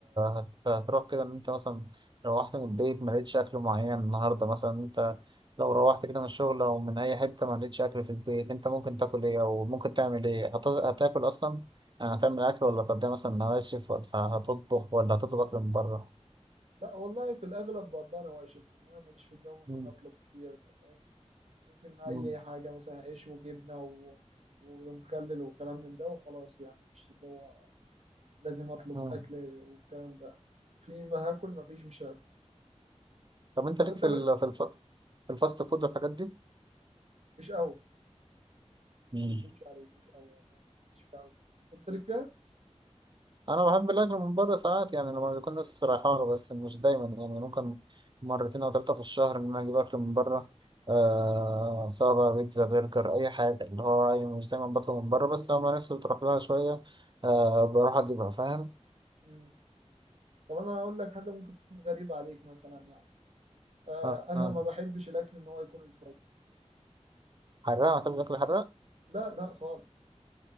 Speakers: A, on the right; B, on the right.
A: هت- هتروح كده ان انت مثلا روحت من البيت ما لقيتش اكل معين النهارده مثلا انت لو روحت كده من الشغل او من اي حته ما لقيتش اكل في البيت انت ممكن تاكل ايه او ممكن تعمل ايه هت- هتاكل اصلا يعني هتعمل اكل ولا هتقضيها مثلا نواشف ولا هتطبخ ولا هتطلب اكل من بره
B: لا والله في الاغلب بقضي انا واشف لان انا ماليش في الجو ان
A: مم.
B: انا اطلب كتير ده فاهم ممكن اي
A: مم.
B: حاجه مثلا عيش وجبنه و... ومخلل وكلام من ده وخلاص يعني مش اللي هو لازم اطلب
A: مم.
B: اكل والكلام ده في ما هاكل ما فيش مش هاكل
A: طب انت
B: طب
A: ليك
B: انت
A: في
B: ب-
A: ال- في الف- في الفاست فود والحاجات
B: مش قوي
A: دي
B: ما اكدبش عليك مش قوي يعني أنا ماليش فيها قوي انت ليك فيها
A: انا بحب الاكل من بره ساعات يعني لما بيكون نفسي رايحه له بس مش دايما يعني ممكن مرتين او ثلاثه في الشهر ان انا اجيب اكل من بره آه سواء بقى بيتزا برجر اي حاجه اللي هو يعني مش دايما بطلب من بره بس لما نفسي بتروح لها شويه آه بروح اجيبها فاهم
B: مم. طب انا اقول لك حاجه ممكن تكون غريبه عليك مثلا يعني آه
A: آه
B: انا
A: آه.
B: ما بحبش الاكل ان هو يكون سبايسي
A: حراق بتحب الاكل الحراق
B: لا لا خالص